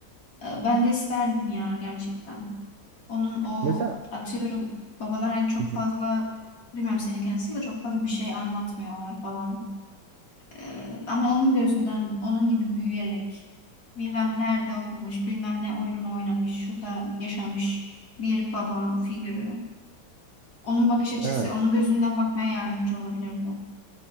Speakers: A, on the left; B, on the right.
A: E, Ben de isterdim ya gerçekten. Onun o
B: Mesela
A: atıyorum babalar hani çok
B: hı
A: fazla
B: hı.
A: bilmem seninki nasıl da çok fazla bir şey anlatmıyorlar falan. E, ama onun gözünden onun gibi büyüyerek bilmem nerede okumuş bilmem ne oyununu oynamış şurada yaşamış bir baba figürü. Onun bakış açısı
B: evet.
A: onun gözünden bakmaya yardımcı olabilirdi.